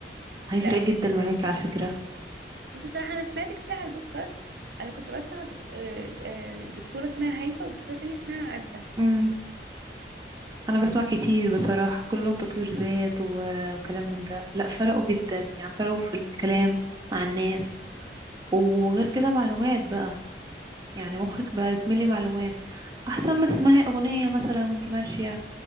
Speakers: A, on the right; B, on the right.
A: هيفرق
B: لا بص
A: جدا معاكي على فكرة
B: بصي بصراحه انا سمعت كتير على البودكاست انا كنت بسمع دك... آه، آه، دكتوره اسمها هيفا ودكتوره تانية اسمها عزه
A: امم انا بسمع كتير بصراحة كلهم تطوير ذات و- وكلام من ده لا فرقوا جدا يعني فرقوا في الكلام مع الناس وغير كده معلومات بقى يعني مخك بقى يتملي معلومات احسن ما تسمعي اغنية مثلا وانتي ماشية